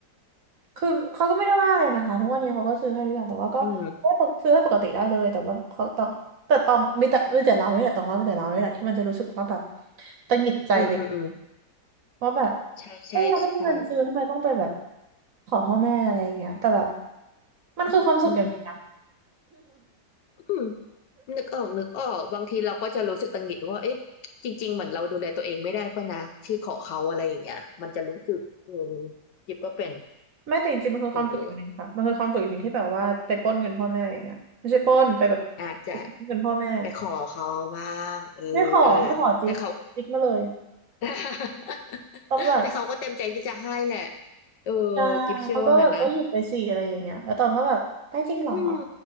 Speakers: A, on the right; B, on the left.
A: คือเขาก็ไม่ได้ว่าอะไรนะคะทุกวันนี้เขาก็ซื้อให้ทุกอย่างแต่ว่าก็ให้ปกซื้อให้ปกติได้เลยแต่ว่าเขาต้องแต่ต้องมีแต่มีแต่เราเนี่ยแหละต้องว่ามีแต่เราเนี่ยแหละที่มันจะรู้สึกว่าแบบ
B: อืม
A: ตังหงิดใจไป
B: อืมอืมอืม
A: ว่าแบบ
B: ใช่ใช่ใช่
A: เฮ้ยเราต้องมีเงินซื้อทำไมต้องไปแบบขอพ่อแม่อะไรอย่างเงี้ยแต่แบบมันคือความสุขอย่างหนึงนะ
B: อืมอืม นึกออกนึกออกบางทีเราก็จะรู้สึกตังหงิดว่าเอ๊ะจริงๆเหมือนเราดูแลตัวเองไม่ได้ป่ะนะที่ขอเขาอะไรอย่างเงี้ยมันจะรู้สึกเออยิบก็เป็น
A: <laughs> ไม่แต่จริงๆมันคือความสุขอย่างหนึ่งค่ะมันคือความสุขอย่างหนึ่งที่แบบว่าไปปล้นเงินพ่อแม่อย่างเงี้ยไม่ใช่ปล้นไปแบบ
B: เอออาจจะ
A: เงินพ่อแม่
B: ไปขอเขาบ้างเออ
A: ไม่ขอไม่ขอจิกจิกมาเลย
B: แต่เขา <laughs>
A: ต้องแบบ
B: แต่เขาก็เต็มใจที่จะให้แหละเออ
A: ใช่เขาก็แบบก็หยุดไปสี่อะไรอย่างเงี้ยแล้วตองก็แบบได้จริงเหรอ
B: กิฟเชื่อว่างั้นนะอืม